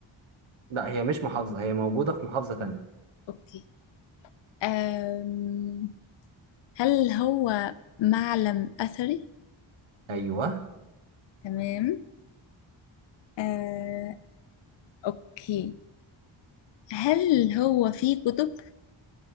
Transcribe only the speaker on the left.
اوكي أم هل هو معلم اثري
تمام أه اوكي هل هو فيه كتب